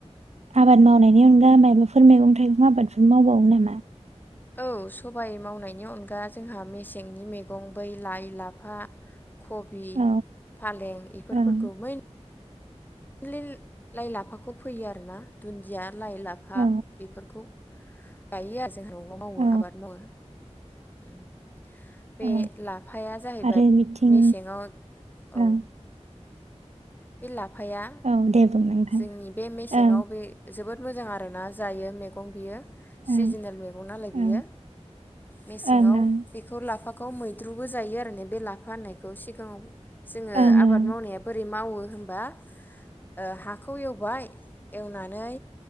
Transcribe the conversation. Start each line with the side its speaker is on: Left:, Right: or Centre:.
Right: आबाद मावनायनि अनगा मायबाफोर मैगं थाइगं आबादफोर मावबावो नामा?
Left: औ सबाइ मावनायनि अनगा जोंहा मेसेंनि मैगं बै लाइ लाफा खबि
Right: औ
Left: फालें इफोरफोरखौ
Right: ओं
Left: मैन लिल लाइ लाफाखौ फैयो आरोना दुन्दिया। लाइ लाफा
Right: औ
Left: बेफोरखौ <unintelligible> जोंहा न'वावबो मावो
Right: औ
Left: आबाद मावो। <inaudible>
Right: औ
Left: बे लाफाया जाहैबाय
Right: आरो बिथिं
Left: मेसेङाव
Right: ओं
Left: औ। बि ला फाया
Right: औ दे बुं नोंथां
Left: जोंनि बे मेसेङाव
Right: ओं
Left: बे जोबोद मोजां आरोना जायो मैगं बियो।
Right: ओं
Left: सिजिनेल मैगं नालाय
Right: ओं
Left: बियो मेसेङाव
Right: ओं ओं
Left: बेखौ लाफा खौ मैद्रुबो जायो आरोने बे लाफा होननायखौ सिगाङाव जोङो
Right: ओं
Left: आबाद
Right: ओं
Left: मावनाया बोरै मावो। होमबा ओ हाखौ एवबाय एवनानै